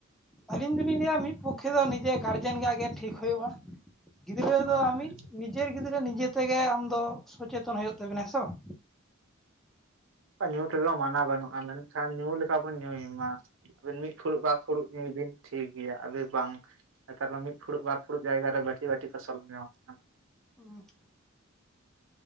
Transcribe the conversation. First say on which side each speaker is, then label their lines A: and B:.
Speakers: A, in the centre; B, on the right.
A: ᱟᱹᱞᱤᱧ ᱫᱚᱞᱤᱧ ᱞᱟᱹᱭᱟ ᱢᱤᱫ ᱯᱚᱠᱠᱷᱮ ᱫᱚ ᱱᱤᱡᱮ ᱜᱟᱨᱡᱮᱱ ᱨᱮᱭᱟᱜ ᱜᱮ ᱴᱷᱤᱠ ᱦᱩᱭᱩᱜᱼᱟ ᱜᱤᱫᱽᱨᱟᱹ
B: ᱦᱳᱭ
A: ᱫᱚ ᱟᱢᱤᱡ
B: ᱦᱳᱭ
A: ᱱᱤᱡᱮᱨ ᱜᱤᱫᱟᱹ ᱛᱮ ᱱᱤᱡᱮ ᱛᱮᱜᱮ ᱟᱢ ᱫᱚ ᱥᱚᱪᱮᱛᱚᱱ ᱦᱩᱭᱩᱜ ᱛᱟᱵᱤᱱᱟ ᱦᱮᱸ ᱥᱮ ᱵᱟᱝ
B: ᱦᱮᱸ ᱧᱩ ᱛᱮᱫ ᱢᱟᱱᱟ ᱵᱟᱹᱱᱩᱜᱼᱟ ᱢᱮᱱᱠᱷᱟᱱ ᱧᱩ ᱞᱮᱠᱟ ᱵᱚᱱ ᱧᱩᱭ ᱢᱟ ᱟᱵᱤᱱ ᱢᱤᱫ ᱯᱷᱩᱲᱩᱜ ᱵᱟᱨ ᱯᱷᱩᱲᱩᱜ ᱧᱩᱭ ᱵᱤᱱ ᱴᱷᱤᱠ ᱜᱮᱭᱟ ᱟᱵᱤᱱ ᱵᱟᱝ ᱱᱮᱛᱟᱨ ᱢᱟ ᱢᱤᱫ ᱯᱷᱩᱲᱩᱜ ᱵᱟᱨ ᱯᱷᱩᱲᱩᱜ ᱡᱟᱭᱜᱟᱟᱨᱮ ᱵᱟᱹᱴᱤ ᱵᱟᱹᱴᱤ ᱠᱚ ᱥᱳᱨ ᱧᱚᱝᱚᱜ ᱠᱟᱱᱟ
A: ᱦᱮᱸ <unintelligible>